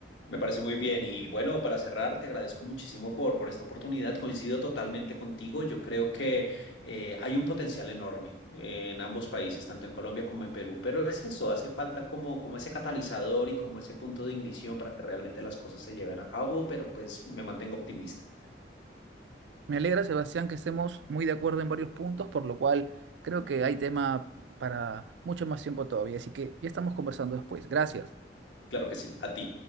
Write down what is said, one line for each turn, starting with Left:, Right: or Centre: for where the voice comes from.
Left: Me parece muy bien. Y bueno, para cerrar, te agradezco muchísimo por, por esta oportunidad. Coincido totalmente contigo. Yo creo que eh, hay un potencial enorme eh, en ambos países, tanto en Colombia como en Perú. Pero es eso, hace falta como, como ese catalizador y como ese punto de ignición para que realmente las cosas se lleven a cabo. Pero pues me mantengo optimista.
Right: Me alegra, Sebastián, que estemos muy de acuerdo en varios puntos, por lo cual creo que hay tema para mucho más tiempo todavía. Así que ya estamos conversando después. Gracias.
Left: Claro que sí, a ti.